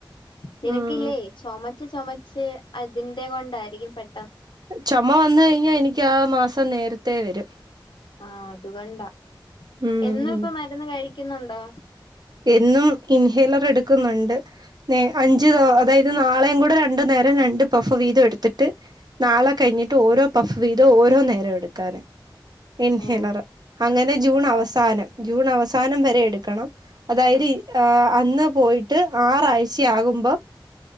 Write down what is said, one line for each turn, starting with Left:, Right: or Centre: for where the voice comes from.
Left: നിനക്കില്ലേ
Right: ഉം
Left: ചൊമ ച്ച് ചൊമച്ച് അതിന്റെ കൊണ്ടായിരിക്കും പെ
Right: ചൊമ വന്ന് കഴിഞ്ഞാ എനിക്ക് ആ മാ സം നേരത്തെ വരും
Left: ആഅ അതുകൊണ്ട
Right: ഉം
Left: എന്നും
Right: ഉം
Left: ഇപ്പ മരുന്ന് കഴി.... ക്കുന്നുണ്ടോ
Right: എന്നും ഇൻഹേലർ എടുക്കുന്നുണ്ട് നേ അഞ്ചു തോ അതായത് നാളെയും കൂടെ രണ്ടു നേരം രണ്ട് പഫ് വീതം എടുത്തിട്ട് നാളെ കഴിഞ്ഞിട്ട് ഓരോ പഫ് വീതം ഓരോ നേരം എടുക്കാന് ഇൻഹലറ്
Left: ഓ
Right: അങ്ങനെ ജൂൺ അവസാനം
Left: ആഹ്
Right: ജൂൺ അവസാ <unintelligible> നം വരെ എടുക്കണം അതായരി ആ അന്ന് പോയിട്ട് ആറാഴ്ചയാകുമ്പം